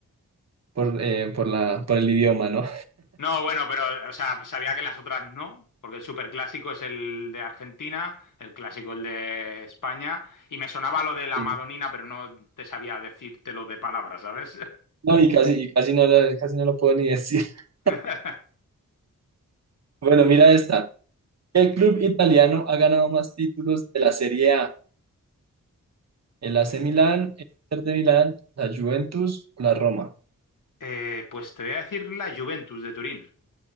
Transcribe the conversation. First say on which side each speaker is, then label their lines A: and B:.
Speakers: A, on the right; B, on the left.
A: por, eh, por la, por el idioma, ¿no?
B: No, bueno, pero, o sea, sabía que las otras no, porque el superclásico es el de Argentina, el clásico el de España, y me sonaba lo de la
A: Sí.
B: Madonina, pero no te sabía decírtelo de palabras, ¿sabes?
A: No, y casi, y casi no, la- casi no lo puedo ni decir. <laughs>
B: <laughs>
A: Bueno, mira esta. ¿Qué club italiano ha ganado más títulos de la Serie A? ¿El AC
B: Club.
A: Milán, el Inter de Milán, la Juventus o la Roma?
B: Eh, pues te voy a decir la Juventus de Turín.